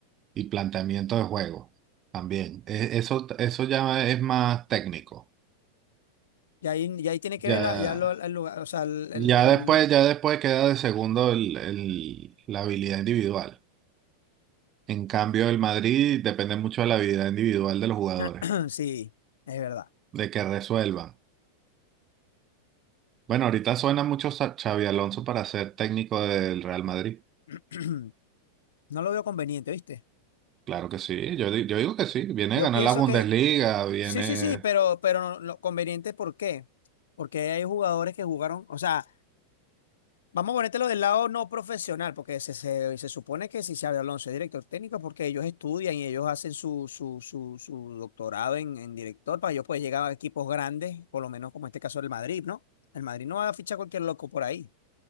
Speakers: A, on the right; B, on the left.
A: y planteamiento de juego también. E- Eso, eso ya es más técnico.
B: Y ahí, y ahí tiene que
A: Ya,
B: ver la, ya lo- el lugar, o sea, el,
A: ya
B: el-
A: después, ya después queda de segundo el, el- la habilidad individual. En cambio, el Madrid depende mucho de la habilidad individual de los jugadores,
B: el- <clears throat> sí, es verdad.
A: de que resuelvan. Bueno, ahorita suena mucho Sa- Xavi Alonso para ser técnico del Real Madrid.
B: <clears throat> No lo veo conveniente, ¿viste?
A: Claro que sí, yo, di- yo digo que sí, viene
B: Yo
A: a ganar
B: pienso
A: la Bundesliga,
B: que
A: viene...
B: sí, sí, sí, pero, pero no- no, conveniente, ¿por qué? Porque hay jugadores que jugaron, o sea, Vamos a ponértelo del lado no profesional, porque se, se, se supone que si Xabi Alonso es director técnico, porque ellos estudian y ellos hacen su, su, su, su doctorado en, en director para ellos poder llegar a equipos grandes, por lo menos como en este caso del Madrid, ¿no? El Madrid no va a fichar cualquier loco por ahí.